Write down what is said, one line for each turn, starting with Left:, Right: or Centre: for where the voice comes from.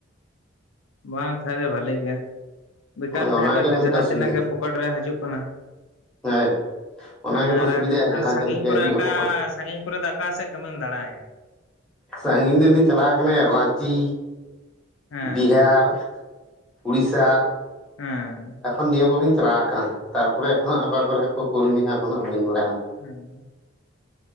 Left: ᱵᱟᱝ ᱛᱟᱦᱮᱞᱮ ᱵᱷᱟᱞᱮ ᱜᱮᱭᱟ ᱵᱮᱠᱟᱨ
Centre: ᱦᱳᱭ
Left: ᱛᱟᱦᱮᱸ
Centre: ᱚᱱᱟᱜᱮ
Left: ᱠᱷᱚᱡ ᱫᱚ
Centre: ᱢᱤᱫᱴᱟᱝ
Left: ᱡᱟᱦᱟᱸ ᱛᱤᱱᱟᱹᱜ
Centre: ᱥᱩᱵᱤᱫᱷᱟ
Left: ᱜᱮ ᱯᱚᱠᱮᱴ ᱨᱮ ᱦᱤᱡᱩᱜ ᱠᱟᱱᱟ
Centre: <unintelligible> ᱚᱱᱟ
Left: ᱦᱮᱸ
Centre: ᱜᱮᱛᱚ
Left: ᱟᱨ
Centre: ᱥᱩᱵᱤᱫᱷᱟᱭᱟ
Left: ᱟᱨ
Centre: ᱡᱟᱦᱟᱸ
Left: ᱥᱟᱺᱜᱤᱧ
Centre: ᱛᱤᱱᱟᱹᱜ ᱜᱮ
Left: ᱠᱚᱨᱮ
Centre: ᱦᱤᱡᱩᱜᱼᱟ
Left: ᱟᱠᱟ
Centre: ᱯᱚᱠᱚᱴ
Left: ᱥᱟᱺᱜᱤᱧ ᱠᱚᱨᱮ ᱫᱚ ᱟᱠᱟ ᱥᱮᱫ ᱠᱟᱹᱢᱤᱢ ᱫᱟᱲᱟᱭᱟ
Centre: ᱥᱟᱺᱜᱤᱧ ᱤᱧ ᱫᱩᱧ ᱪᱟᱞᱟᱣ ᱠᱟᱱᱟᱭᱟ ᱨᱟᱸᱪᱤ
Left: ᱦᱮᱸ
Centre: ᱵᱤᱦᱟᱨ ᱩᱲᱤᱥᱟ
Left: ᱦᱮᱸ
Centre: ᱮᱠᱷᱚᱱ ᱱᱤᱭᱟᱹ ᱠᱚᱜᱮᱧ ᱪᱟᱞᱟᱣ ᱟᱠᱟᱱᱟ ᱛᱟᱨᱯᱚᱨᱮ ᱮᱠᱷᱚᱱᱚ ᱚᱠᱟ ᱠᱚᱨᱮ ᱦᱚᱸ ᱠᱚ ᱠᱳᱞ ᱱᱤᱜ-ᱟ ᱮᱠᱷᱚᱱ ᱦᱟᱸᱜ ᱵᱟᱹᱧ ᱵᱟᱰᱟᱭᱟ
Left: ᱦᱩᱸ